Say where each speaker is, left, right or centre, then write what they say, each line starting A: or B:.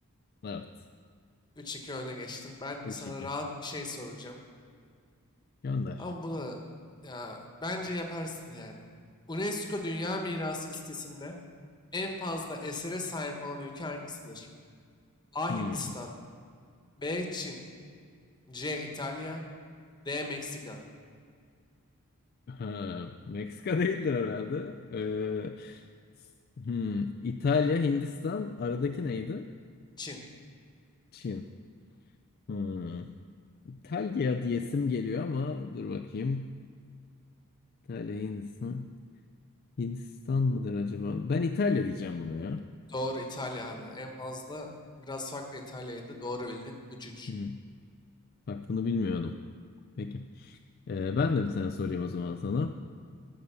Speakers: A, on the left; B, on the left.
A: Evet.
B: Üç iki öne geçtim. Ben
A: Üç
B: de sana
A: iki.
B: rahat bir şey soracağım.
A: Gönder.
B: Ama bu da ya bence yaparsın yani. UNESCO Dünya Mirası listesinde en fazla esere sahip olan ülke hangisidir? A.
A: Hmm.
B: Hindistan B. Çin C. İtalya D. Meksika
A: Ha, Meksika <laughs> değildir herhalde. Ee, hmm, İtalya, Hindistan aradaki neydi?
B: Çin.
A: Çin. Hmm. İtalya diyesim geliyor ama dur bakayım. İtalya, Hindistan. Hindistan mıdır acaba? Ben İtalya diyeceğim buna ya.
B: Doğru İtalya abi. En fazla biraz farklı İtalya'ydı. Doğru bildin. 3-3.
A: Hmm. Bak bunu bilmiyordum. Peki. Ee, ben de bir tane sorayım o zaman sana.